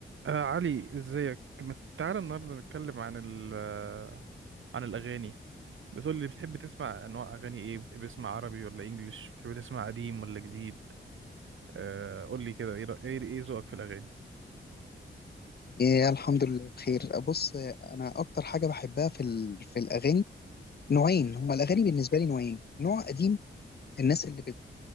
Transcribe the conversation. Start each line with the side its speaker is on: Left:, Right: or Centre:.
Right: آه علي ازيك ما تعالى النهارده نتكلم عن ال آه، عن الاغاني بتقول لي بتحب تسمع انواع اغاني ايه بتحب تسمع عربي ولا انجليش بتحب تسمع قديم ولا جديد آه قول لي كده ايه رأ- ايه إيه ذوقك في الاغاني
Left: إيه الحمد لله بخير بص انا اكتر حاجه بحبها في ال... في الاغاني نوعين هما الاغاني بالنسبه لي نوعين نوع قديم الناس اللي بت